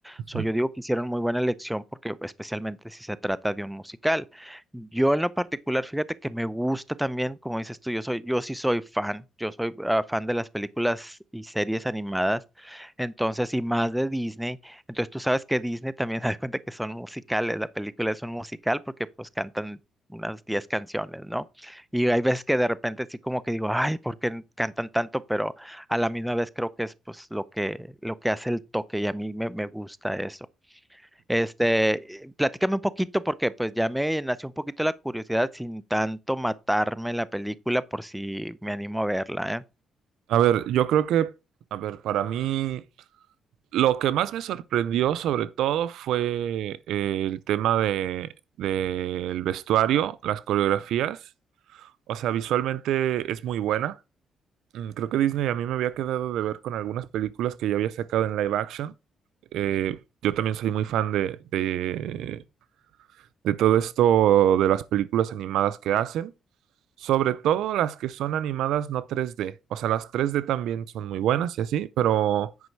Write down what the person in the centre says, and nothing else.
So,
yo digo que hicieron muy buena elección porque especialmente si se trata de un musical. Yo en lo particular, fíjate que me gusta también, como dices tú, yo soy, yo sí soy fan, yo soy ah, fan de las películas y series animadas, entonces, y más de Disney, entonces tú sabes que Disney también <laughs> da cuenta que son musicales, la película es un musical porque pues cantan unas 10 canciones, ¿no? Y hay veces que de repente sí como que digo, ay, ¿por qué cantan tanto? Pero a la misma vez creo que es pues lo que, lo que hace el toque y a mí me, me gusta eso. Este, platícame un poquito porque pues ya me nació un poquito la curiosidad sin tanto matarme la película por si me animo a verla, ¿eh?